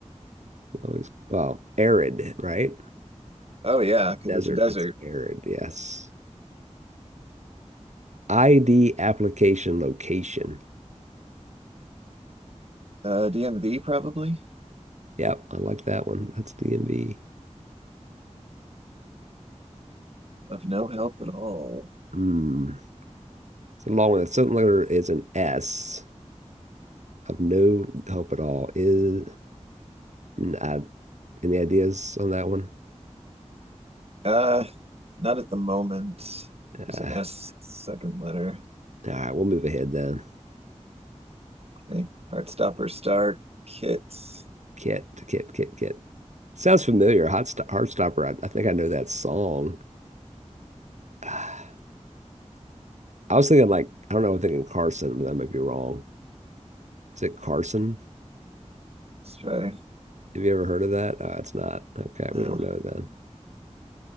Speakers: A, on the right; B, on the right.
A: Always, well, arid, right?
B: Oh yeah, because
A: Desert.
B: it's a desert.
A: It's arid. Yes. ID application location.
B: Uh, DMV probably
A: Yep. I like that one. That's DMV.
B: of no help at all.
A: Hmm. It's a long one. The second letter is an S. of no help at all. Is I any ideas on that one?
B: Uh, not at the moment.
A: Uh,
B: There's an S second letter.
A: all right, we'll move ahead then.
B: Okay, Heartstopper Star Kit. Let's
A: Kit, kit, kit, kit. Sounds familiar. Hot Sto- Heartstopper. I, I think I know that song. <sighs> I was thinking like I don't know. I'm thinking Carson, but that might be wrong. Is it Carson?
B: try
A: Have you ever heard of that? Uh, it's not. Okay,
B: no.
A: we don't know then.